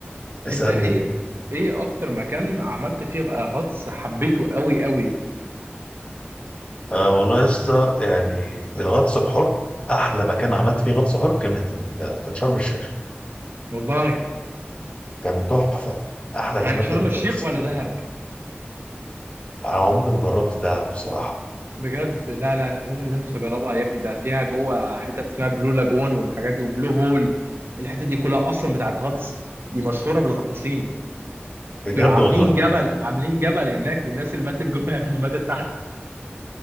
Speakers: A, on the left (about 30°); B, on the right (about 65°).
A: اسالني
B: انت ايه ايه اكتر مكان عملت فيه غطس حبيته قوي قوي
A: آه والله يا اسطى يعني الغطس الحر احلى مكان عملت فيه غطس حر كانت ال- كان شرم الشيخ
B: والله
A: كان تحفه احلى الاماكن
B: يعني شرم
A: اللي
B: الشيخ
A: غطست
B: ولا
A: فيها
B: دهب
A: انا عمري ما جربت ده بصراحه
B: بجد لا لا انت لازم لازم تجربها يا ابني ده فيها جوه حتت اسمها بلو لاجون والحاجات دي وبلو هول الحتت دي كلها اصلا بتاعت غطس دي مشهوره بالغطاسين
A: بجد
B: دول عاملين
A: والله
B: <laughs> جبل عاملين جبل هناك للناس اللي ماتت جوه <laughs> اللي ماتت تحت